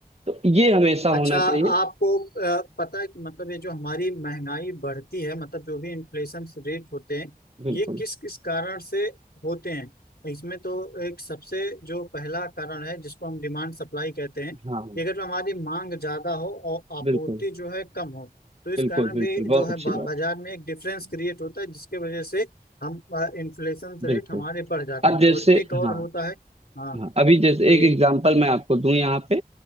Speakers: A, on the right; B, on the left.
A: तो ये हमेशा
B: अच्छा
A: होना
B: आपको
A: चाहिए
B: अ, पता है कि मतलब ये जो हमारी महंगाई बढ़ती है मतलब जो भी इन्फ्लेशन रेट होते हैं
A: बिल्कुल
B: ये किस किस कारण से होते हैं तो इसमें तो एक सबसे जो पहला कारण है जिसको हम डिमांड सप्लाई कहते हैं कि
A: हाँ हाँ,
B: अगर हमारी मांग ज्यादा हो और आपूर्ति
A: बिल्कुल
B: जो है कम हो तो इस
A: बिल्कुल
B: कारण भी
A: बिल्कुल
B: जो
A: बहुत
B: है
A: अच्छी
B: बा-
A: बात
B: बाजार में एक डिफरेंस क्रिएट होता है जिसके वजह से हम इन्फ्लेशन
A: बिल्कुल
B: रेट हमारे बढ़ जाते
A: अब
B: हैं
A: जैसे
B: और एक और
A: हाँ
B: होता है हाँ
A: हाँ अभी जैसे
B: कि
A: एक एग्जांपल
B: मतलब
A: मैं आपको दूं यहाँ पे